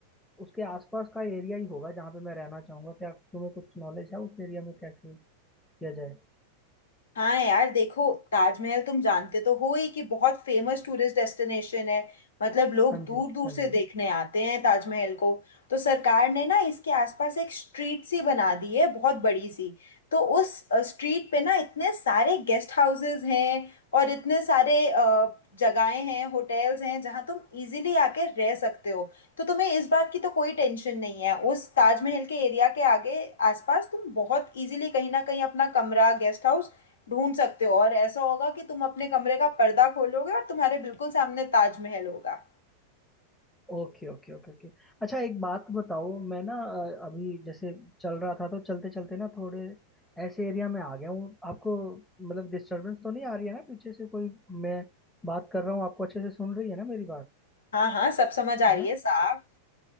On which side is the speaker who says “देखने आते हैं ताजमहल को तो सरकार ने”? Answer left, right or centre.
Left